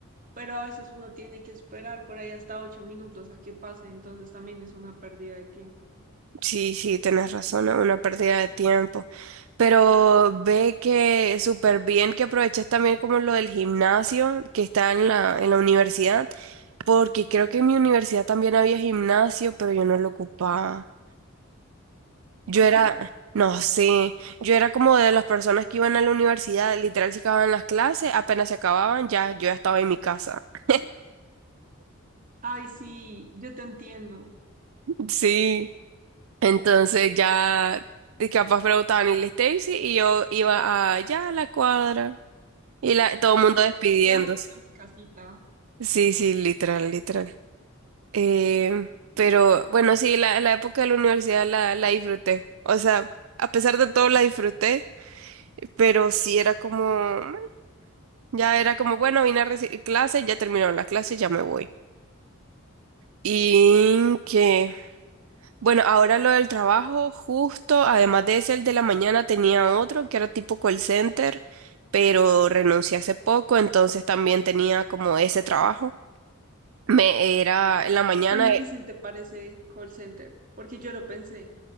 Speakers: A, on the right; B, on the right.
A: pero a veces uno tiene que esperar por ahí hasta ocho minutos a que pase, entonces también es una pérdida de tiempo.
B: Sí, sí, tienes razón, es una pérdida de tiempo. Pero ve que súper bien que aproveches también como lo del gimnasio que está en la, en la universidad, porque creo que en mi universidad también había gimnasio, pero yo no lo ocupaba. Yo
A: ¿Por
B: era,
A: qué?
B: no sé, yo era como de las personas que iban a la universidad, literal se acababan las clases, apenas se acababan, ya yo ya estaba en mi casa. <laughs>
A: Ay, sí, yo te entiendo.
B: Sí, entonces ya... Y capaz preguntaban, ¿y la Stacy? Y yo iba a, ya a la cuadra. Y la, todo
A: Y tú
B: el mundo
A: como,
B: despidiéndose.
A: ya me voy a mi casita.
B: Sí, sí, literal, literal. Eh, pero bueno, sí, la, la época de la universidad la, la disfruté. O sea, a pesar de todo la disfruté, pero sí era como, mm, ya era como, bueno, vine a recibir clases, ya terminaron las clases, ya me voy. Y que, bueno, ahora lo del trabajo, justo, además de ese, el de la mañana tenía otro que era tipo call center, pero renuncié hace poco, entonces también tenía como ese trabajo. Me era en la mañana,
A: ¿Qué tan difícil
B: eh,
A: te parece call center? Porque yo lo pensé.